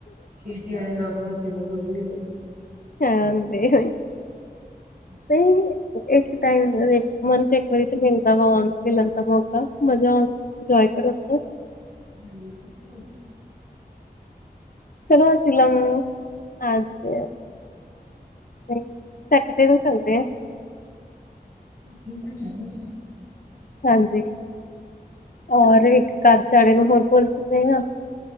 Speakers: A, on the right; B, on the left.
A: ਖੇਤੀ ਵਾਲੇ ਨਾਲ ਤਾਂ ਮੈਂ ਫੇਮਸ ਹੋ ਜਾਵਾਂਗੀ ਫਿਰ।
B: ਹਾਂ ਜੀ!
A: ਹਾਂਜੀ!
B: ਨਹੀਂ, ਇੱਕ ਮਹੀਨੇ ਵਿੱਚ ਇੱਕ ਵਾਰੀ ਹੀ ਮਿਲਦਾ ਹੈ ਮਿਲਣ ਦਾ ਮੌਕਾ, ਮਜ਼ਾ ਆਉਂਦਾ ਹੈ। <inaudible> ਜਾਇਆ ਕਰੋ।
A: ਹਾਂਜੀ, ਠੀਕ ਹੈ।
B: ਚਲੋ, ਅਸੀਂ ਅੱਜ ਸ਼ਨੀਵਾਰ ਨੂੰ ਐਤਵਾਰ। <inaudible>
A: ਠੀਕ ਹੈ, ਕਰਨਾ ਹੈ? <inaudible>
B: ਹਾਂਜੀ! ਹੋਰ ਇੱਕ ਘੰਟੇ ਲਈ ਜਾਣ ਨੂੰ ਹੋਰ ਬੋਲ ਜਾਂਦੇ ਆ। <inaudible>